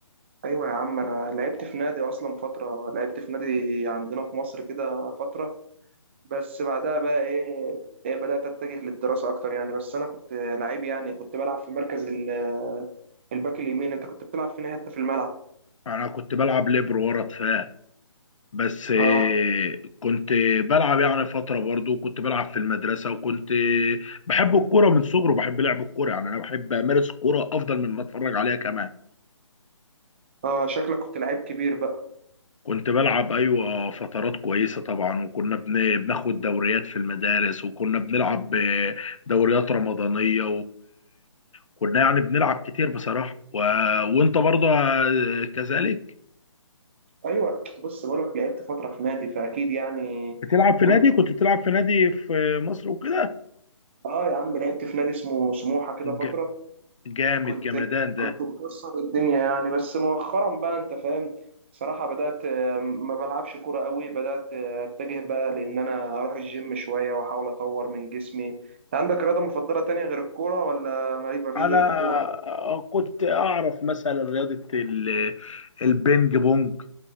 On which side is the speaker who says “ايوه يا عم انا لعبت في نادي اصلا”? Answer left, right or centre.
Right